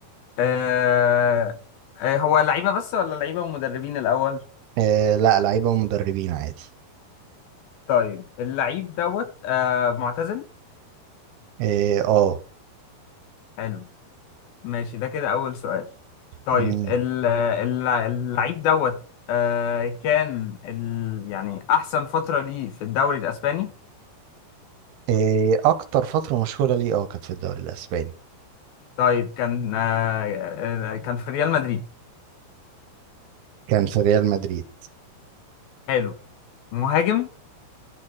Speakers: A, on the left; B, on the right.
A: آه، آه، هو لعيبه بس ولا لعيبه ومدربين الاول
B: آه لا لعيبة ومدربين عادي
A: طيب اللعيب دوت آه، معتزل
B: اه آه.
A: حلو ماشي ده كده اول سؤال طيب
B: مم.
A: ال- ال- اللعيب دوت آه، كان ال- يعني احسن فتره ليه في الدوري الاسباني
B: آه اكتر فترة مشهورة ليه اه كانت في الدوري الاسباني
A: طيب كان آه، آه، آه، كان في ريال مدريد
B: كان في ريال مدريد
A: حلو مهاجم